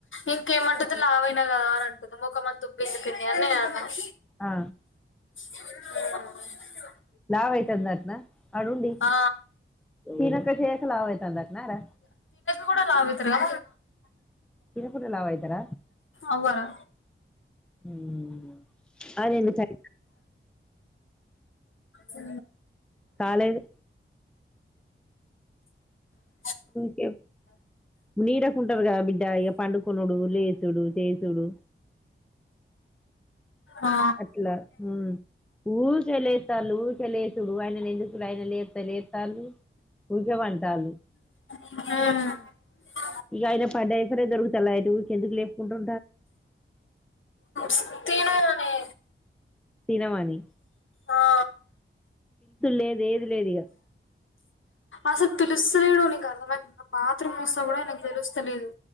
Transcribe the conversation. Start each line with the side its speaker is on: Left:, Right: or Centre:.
Left: ఇంకేమంటంది లావ అయినా కదా అని అనుకుందాం ఒక మంది ఉుబ ఎందుుకుంది అని నేను అన్నాను
Centre: ఆ
Left: ఆ
Centre: లావ్ అయితునాటనా అడుడి
Left: ఆ
Centre: తినక్క చే ఎసలావ త అందకన్నారుార
Left: కూడా లాగుతారా
Centre: తినకూట లవ్ అయితార
Left: అవ్వరా
Centre: మ్మ్ అది ఎందుకు అయినా
Left: అ
Centre: కాలేదు
Left: అ
Centre: కే నీడకుంటారు కదా బిడ్డ ఇక పండుకున్నాడు లేసుడు చేసుడు
Left: ఆ
Centre: అట్లా హ్మ్ ఊక లేస్తాలు ఊక లేసుడు ఆయన ఎందుకుడు ఆయన లేస్త లేస్తాలు ఊకే వంటాలు
Left: ఆ
Centre: ఇక ఆయన పైఫర్ దొరుకుతు అటుకి ఎందుకు లేపుకుంటు
Left: స్ తిన మనే
Centre: తినవాణి
Left: ఆ
Centre: లేదు ఏది లేదు ఇగ
Left: అసలు పిలుసులేడు ఉని అర్థమ బాత్రూమ్ వస్తా కూడా నకు తెలుస్తలేదు